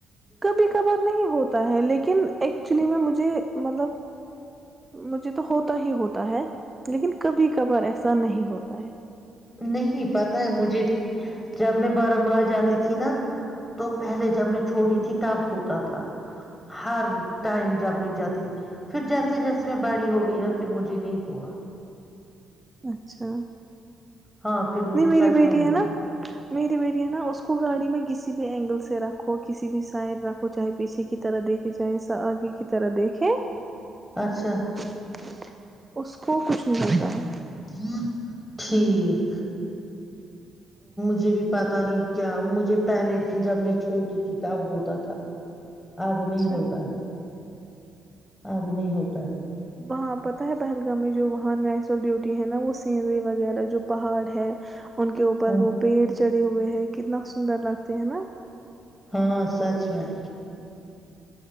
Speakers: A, on the right; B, in the centre.
A: کبھی کبار نہیں ہوتا ہے لیکن ایک ایکچولی میں مجھے مطلب مجھے تو ہوتا ہی ہوتا ہے لیکن کبھی کبھار ایسا نہیں ہوتا ہے
B: نہیں پتا ہے مجھے جب میں بارامولہ جاتی تھی نا تو پہلے جب میں چوٹی ت تاب ہوتا تھا ہر ٹائم جب بھی جاتی تھی پھر جیسے جیسے میں باڑی ہو گئی نا پھر مجھے نہیں ہوا
A: اچھا
B: ہاں پھر مجھے
A: نہیں میری
B: سچ
A: بیٹی
B: میں نہیں
A: ہے نا
B: ہوا
A: میری بیٹی ہے نا اس کو گاڑی میں گسی کسی بھی اینگل سے رکھو کسی بھی سائن رکھو چاہے پیھے کی طرح دیکھے چاہے آگے کی طرح دیکھیں اس
B: اچھا
A: کو کو کچھ نہیں ہوتا ہے
B: ہ ٹھیک
A: ہوں <inaudible>
B: مجھے بھی پتا نہیں کیا مجھے پہلے جب میں چھوٹی تھی تب ہوتا تھا اب نہیں
A: اچھا
B: ہوتا ہے اب نہیں ہو <inaudible>
A: وہاں پتاہ ہے پہلگام میں جو وہاں ہاں <inaudible> بیوٹی ہے نا وہ سینری وغیرہ جو پہاڑ ہے ان کے اوپر
B: ہاں
A: وہ پیڑ چڑے ہوئے ہیں کتنا سندر لگتے ہیں نا
B: ہاں سچ میں